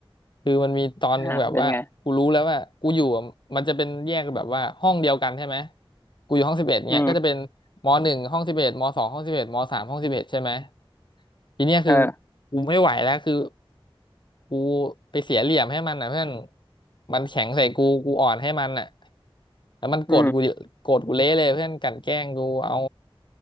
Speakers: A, on the left; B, on the left.
A: คือมันมีตอนหนึ่งแบบว่ากูรู้แล้วว่ากูอยู่อะมันจะเป็นแยกแบบว่าห้องเดียวกันใช่ไหม
B: อ่าเป็นไง
A: กูอยู่ห้องสิบเอ็ดเนี่ยก็จะเป็น
B: อืม
A: มหนึ่งห้องสิบเอ็ดมสองห้องสิบเอ็ดมสามห้องสิบเอ็ดใช่ไหม ทีเนี้ยคือ
B: เออ
A: กูไม่ไหวแล้วคือกูไปเสียเหลี่ยมให้มันอ่ะเพื่อนมันแข็งใส่กูกูอ่อนให้มันอ่ะแล้วมันโกรธกูโกรธกูเละเลยเพื่อนกลั่นแกล้งกูเอา
B: อืม